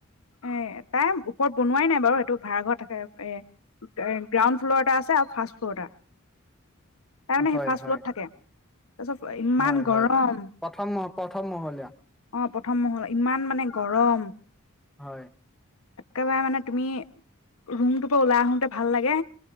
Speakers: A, on the left; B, in the centre.
A: এ তাই ওপৰত বনোৱাই নাই বাৰু সেইটো ভাড়াঘৰত থাকে এ গ্ৰাউণ্ড ফ্ল'ৰ এটা আছে। <unintelligible> ফাৰ্ষ্টফ্লোৰ এটা। তাৰমানে
B: হয়
A: সেই ফাৰ্ষ্টফ্লোৰত
B: হয়
A: থাকে। তাৰপিছত ইমান
B: হয়, হয়,
A: গৰম
B: প্ৰথম মহ প্ৰথম মহলীয়া।
A: অ প্ৰথম মহল, ইমান মানে গৰম।
B: হয়
A: এক্কেবাৰে মানে তুমি ৰুমটোৰ পৰা ওলাই আহোতে ভাল লাগে।